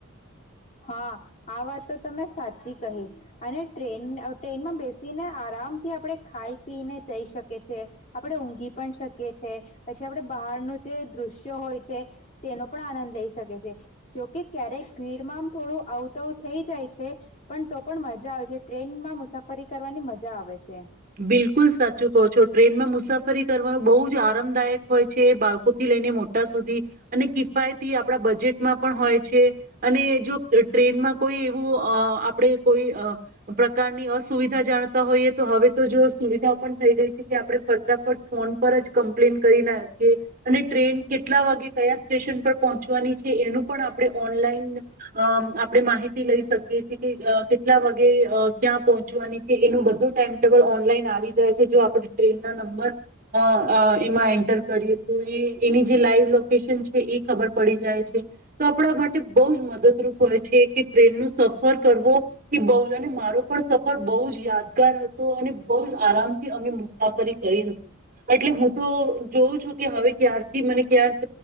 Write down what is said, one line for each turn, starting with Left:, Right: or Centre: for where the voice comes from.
Left: હા આ વાત તો તમે સાચી કહી અને ટ્રેન ટ્રેનમાં બેસીને આરામથી આપણે ખાઈ પીને જઈ શકીએ છીએ આપણે ઊંઘી પણ શકીએ છીએ પછી આપણે બહારનું જે દૃશ્ય હોય છે તેનો પણ આનંદ લઈ શકીએ છીએ જોકે ક્યારેક ભીડમાં થોડું અવતવ થઈ જાય છે પણ તો પણ મજા આવે છે ટ્રેનમાં મુસાફરી કરવાની મજા આવે છે.
Right: બિલકુલ સાચું કહો છો ટ્રેનમાં મુસાફરી કરવાનું બહુ જ આરામદાયક હોય છે બાળકોથી લઈને મોટા સુધી અને કિફાયતી આપણા બજેટમાં પણ હોય છે અને જો ટ્રેનમાં કોઈ એવું અ આપણે કોઈ અ પ્રકારની અસુવિધા જાણતા હોઈએ તો હવે તો જો સુવિધાઓ પણ થઈ ગઈ છે કે આપણે ફટાફટ ફોન પર જ કંમ પ્લેન કરી નાખીએ અને ટ્રેન કેટલા વાગે કયા સ્ટેશન પર પહોંચવાની છે એનું પણ આપણે ઓનલાઈન અ આપણે માહિતી લઈ શકીએ છએ કે અ કેટલા વાગે અ ક્યાં પહોંચવાની છે એનું બધું ટાઈમ ટેબલ ઓનલાઈન આવી જાય છે જો આપણે ટ્રેન ના નંબર અ અ એમાં એન્ટર કરીએ તો એ એની જે લાઈવ લોકેશન છે એ ખબર પડી જાય છે તો આપણા માટે બહુ જ મદદરૂપ હોય છે કે ટ્રેન નો સફર કરવો એ બહુ અને મારો પણ સફર બહુ જ યાદગાર હ તો અને બહુ જ આરામથી અમે મુસાફરી કરી હતી એટલે હું તો જોઉં છું કે હવે ક્યારથી મને ક્યાંક